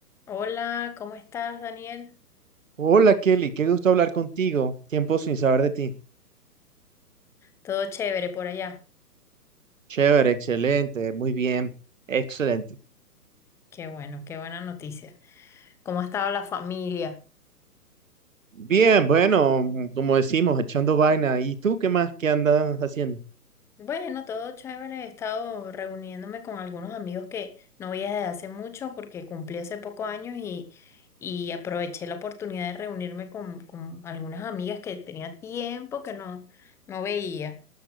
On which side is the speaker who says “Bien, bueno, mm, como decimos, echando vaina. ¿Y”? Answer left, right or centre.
Right